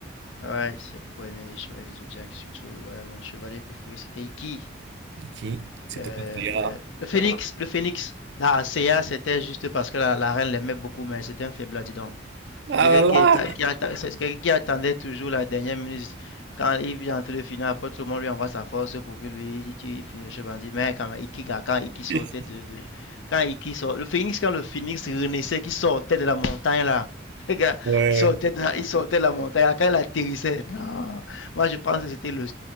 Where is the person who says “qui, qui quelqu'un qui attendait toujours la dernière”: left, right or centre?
Left